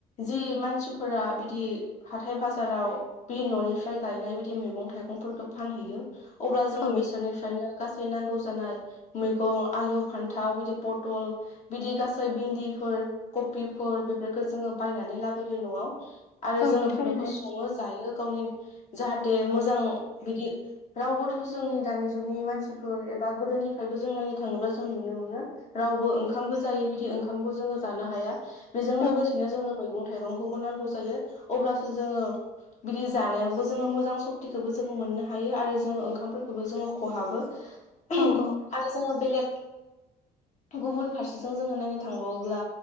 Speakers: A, on the left; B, on the left.
A: जि मानसिफोरा बिदि हाथाय बाजाराव बि न'निफ्राय गायनाय बिदि मैगं थाइगंफोरखौ फानहैयो अब्ला जोङो
B: औ
A: बेसोरनिफ्रायनो गासै नांगौ जानाय मैगं आलु फान्थाव बिदि पथल बिदि गासै भिन्दिफोर कबिफोर बेफोरखौ जोङो बायनानै लाबोयो न'आव आरो
B: औ
A: जोङो
B: थारैनो
A: बेफोरखौ सङो जायो गावनि जाहाथे मोजां बिदि रावबो थ' जोंनि दानि जुगनि मानसिफोर एबा गोदोनिफ्रायबो जों नायनो थाङोब्ला जों नुनो मोनो रावबो ओंखाम गोजायै बिदि ओंखामखौ जोङो जानो हाया बेजों लोगोसेनो
B: औ
A: जोंनो मैगं थाइगंखौबो नांगौ जायो अब्लासो जोङो बिदि जानायावबो जोङो मोजां सक्तिखौबो जोङो मोननो हायो आरो जोंं ओंखामफोरखौबो जोङो खहाबो आरो
B: औ औ
A: जोङो बेलेग गुबुन फारसेजों जोङो नायनो थांबावोब्ला